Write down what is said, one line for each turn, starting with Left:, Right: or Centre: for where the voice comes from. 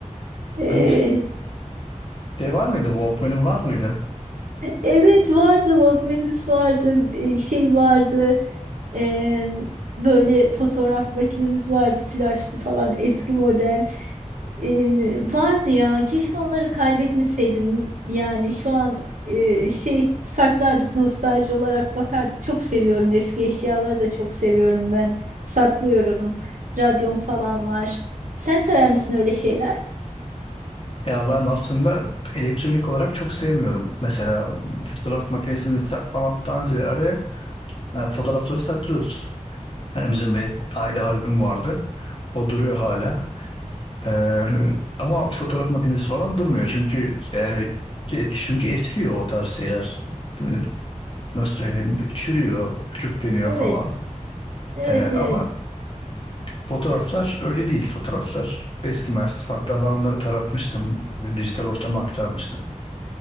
Right: E,
Left: <laughs> Şey var mıydı? Walkman'in var mıydı?
Right: evet vardı. Walkman'imiz vardı. e, şey vardı. Ee, böyle fotoğraf makinemiz vardı flaşlı falan eski model. Ee, vardı ya keşke onları kaybetmeseydim. Yani şu an e, şey saklardık nostalji olarak bakardık. Çok seviyorum eski eşyaları da çok seviyorum ben. Saklıyorum. Radyom falan var. Sen sever misin öyle şeyler?
Left: Ya ben aslında elektronik olarak çok sevmiyorum. Mesela fotoğraf makinesini saklamaktan ziyade yani fotoğrafları saklıyoruz. Hani bizim bir aile albüm vardı. O duruyor hala. Ee, ama fotoğraf makinesi falan durmuyor. Çünkü yani, şey- çünkü eskiyor o tarz şeyler. Böyle bir- nasıl söyleyeyim? Çürüyor, küçükleniyor
Right: Evet.
Left: falan.
Right: Evet
Left: Ee,
Right: evet.
Left: ama fotoğraflar öyle değil fotoğraflar. Eskimez. Hatta ben onları taratmıştım. ve Dijital ortama aktarmıştım.